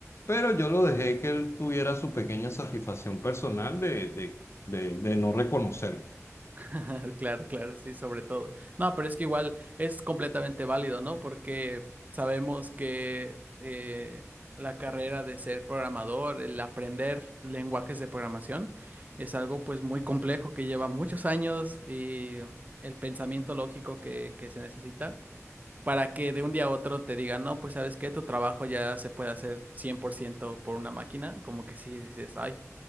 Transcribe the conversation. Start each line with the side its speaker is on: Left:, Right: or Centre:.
Left: pero yo lo dejé que él tuviera su pequeña satisfacción personal de, de, de- de no reconocer.
Right: <laughs> Claro, claro, sí, sobre todo. No, pero es que igual es completamente válido, ¿no? Porque sabemos que eh, la carrera de ser programador, el aprender lenguajes de programación, es algo pues muy complejo que lleva muchos años y el pensamiento lógico que, que se necesita para que de un día a otro te digan, no, pues sabes que tu trabajo ya se puede hacer 100% por ciento por una máquina, como que sí dices, ay,